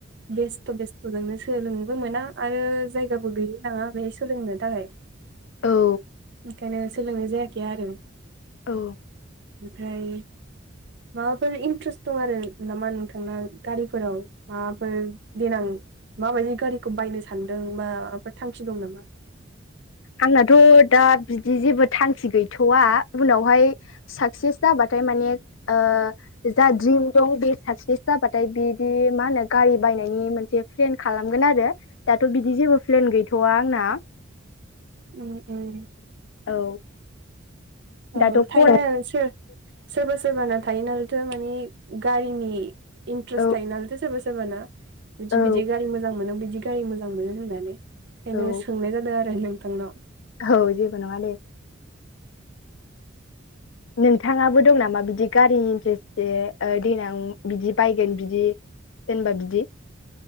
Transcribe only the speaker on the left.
औ
औ
आंनाथ' दा बिदि जेबो थांखि गैथ'वा उनावहाय साक्सेस जाबाथ' माने ओ जा ड्रिम दं बेयो साक्सेस जाबाथाय बिदि मा होनो गारि बाय माने मोनसे प्लेन खालामगोन आरो दाथ बिदि जेबो प्लेन गैथ'आ आंना
औ।
दाथ'
फराय
औ
औ
औ
औ जेबो नङा दे नोंथाङाबो दं नामा बिदि गारिनि इन्टारेस्ट दे दैेनां बिदि बायगोन बिदि जेनबा बिदि।